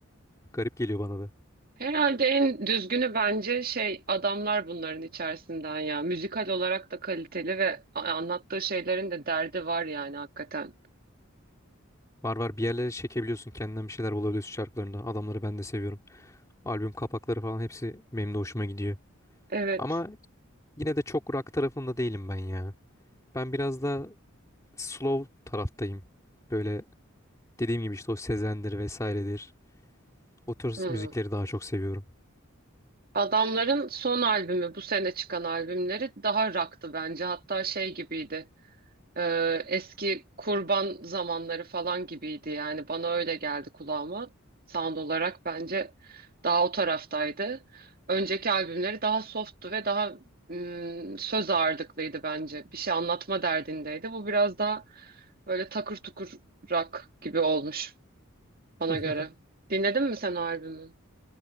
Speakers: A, on the left (about 15°); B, on the right (about 45°).
A: Garip geliyor bana da.
B: Herhalde en düzgünü bence şey adamlar bunların içerisinden ya. Müzikal olarak da kaliteli ve a- anlattığı şeylerin de derdi var yani hakikaten.
A: Var var bir yerlere çekebiliyorsun kendinden bir şeyler bulabiliyorsun şarkılarında. Adamları ben de seviyorum. Albüm kapakları falan hepsi benim de hoşuma gidiyor.
B: Evet.
A: Ama yine de çok rock tarafında değilim ben ya. Ben biraz da slow taraftayım. Böyle Dediğim gibi işte o Sezen'dir vesairedir. O tür
B: Hmm.
A: müzikleri daha çok seviyorum.
B: Adamların son albümü bu sene çıkan albümleri daha rock'tı bence. Hatta şey gibiydi. Ee, eski kurban zamanları falan gibiydi yani bana öyle geldi kulağıma. Sound olarak bence daha o taraftaydı. Önceki albümleri daha softtu ve daha mm, söz ağırlıklıydı bence. Bir şey anlatma derdindeydi. Bu biraz daha böyle takır tukur rock gibi olmuş bana
A: <laughs>
B: göre. Dinledin mi sen o albümü?